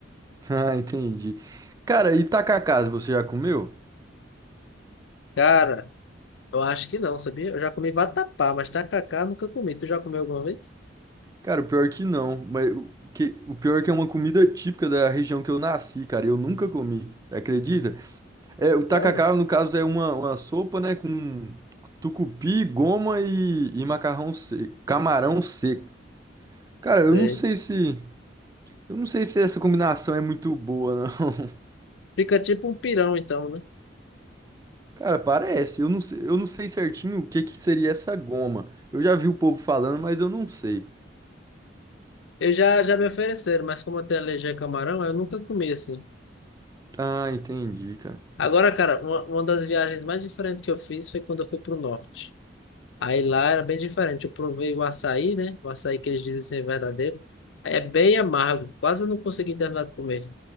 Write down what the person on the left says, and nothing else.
Cara, eu acho que não, sabia? Eu já comi vatapá, mas tacacá eu nunca comi. Tu já comeu alguma vez?
Sério?
Sei.
Fica tipo um pirão então, né?
Eu já, já me ofereceram, mas como eu tenho alergia a camarão, eu nunca comi assim.
Agora, cara, uma, uma das viagens mais diferentes que eu fiz foi quando eu fui pro norte. Aí lá era bem diferente. Eu provei o açaí, né? O açaí que eles dizem ser verdadeiro. É bem amargo, quase eu não consegui terminar de comer.